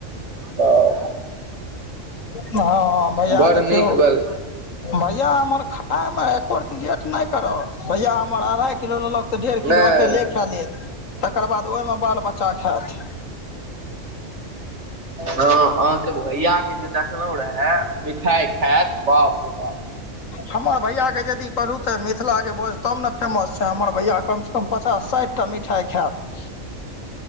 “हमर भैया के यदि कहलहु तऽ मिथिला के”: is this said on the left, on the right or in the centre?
Left